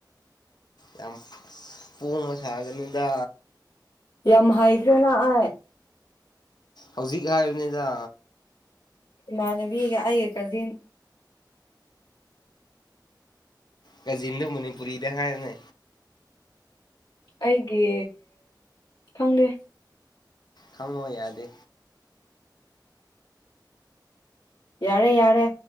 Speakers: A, on the left; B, on the left.
A: ꯌꯥꯝ ꯄꯣꯡꯕ ꯁꯥꯒꯅꯨꯗ
B: ꯌꯥꯝ ꯍꯥꯏꯈ꯭ꯔꯦꯅ ꯑꯩ
A: ꯍꯧꯖꯤꯛ ꯍꯥꯏꯕꯅꯤꯗꯥ
B: ꯏꯃꯥꯟꯅꯕꯤꯒ ꯑꯩꯒ ꯀꯖꯤꯟ
A: ꯀꯖꯤꯟꯗꯨ ꯃꯅꯤꯄꯨꯔꯤꯗ ꯍꯥꯏꯌꯣꯅꯦ
B: ꯑꯩꯒꯤ ꯈꯪꯗꯦ
A: ꯈꯪꯉꯣ ꯌꯥꯗꯦ
B: ꯌꯥꯔꯦ ꯌꯥꯔꯦ